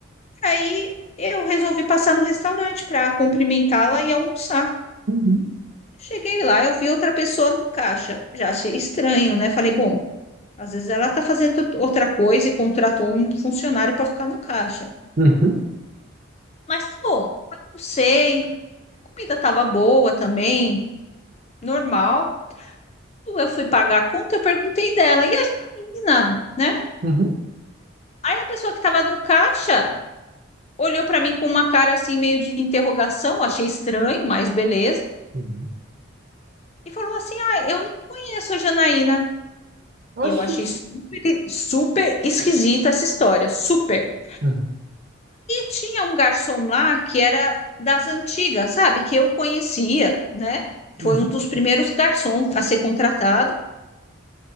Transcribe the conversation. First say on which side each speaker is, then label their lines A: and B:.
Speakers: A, on the left; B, on the right.
A: Aí eu resolvi passar no restaurante para cumprimentá-la e almoçar.
B: uhum,
A: Cheguei lá, eu vi outra pessoa no caixa. Já achei estranho, né? Falei, bom, às vezes ela está fazendo outra coisa e contratou um funcionário para ficar no caixa.
B: uhum,
A: Mas, pô, almocei, comida tava boa também, normal. Eu fui pagar a conta, eu perguntei dela, e a menina, né?
B: uhum,
A: Aí a pessoa que tava no caixa olhou pra mim com uma cara assim, meio de interrogação, achei estranho, mas beleza.
B: uhum.
A: E falou assim: Ah, eu não conheço a Janaína. Eu
B: Oxi.
A: achei super, super esquisita essa história, super.
B: Uhum,
A: tinha um garçom lá que era das antigas, sabe? Que eu conhecia, né?
B: uhum,
A: Foi um dos primeiros garçons a ser contratado.